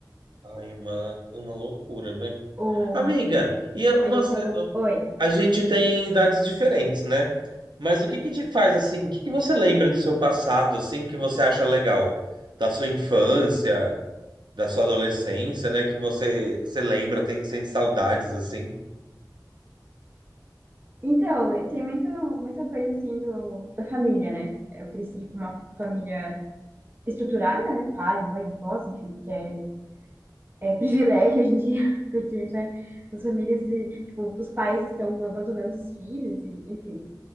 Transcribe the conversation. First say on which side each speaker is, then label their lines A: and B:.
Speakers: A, on the right (about 85°); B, on the right (about 30°).
A: Ai, uma, uma loucura, né?
B: O
A: Amiga, e umas...
B: a gente tava, oi.
A: a gente tem idades diferentes, né? Mas o que que te faz assim? O que que você lembra do seu passado, assim, que você acha legal? Da sua infância, da sua adolescência, né? Que você, você lembra, tem, sente saudades, assim.
B: Então, eu tenho muito, muita coisa assim do, da família, né? Eu cresci com uma família estruturada, né? Pai, mãe, avós, enfim, que é, é privilégio hoje em dia, <laughs> porque, né, as famílias, e, tipo, os pais estão abandonando os filhos, e, enfim.